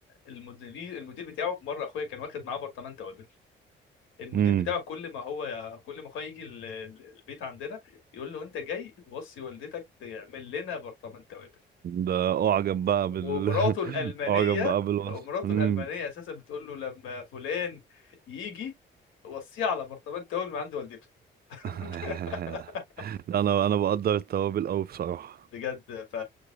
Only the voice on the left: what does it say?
المدير المدير بتاعه في مره اخويا كان واخد معاه برطمان توابل المدير
بتاعه كل ما هو كل ما هو يجي ال- ال- البيت عندنا يقول له انت جاي وصي والدتك تعمل لنا برطمان توابل
ومراته
الألمانية
ومراته
الألمانية أساسا بتقول له لما فلان يجي وصيه على برطمان توابل من عند والدته <laughs>
بجد ف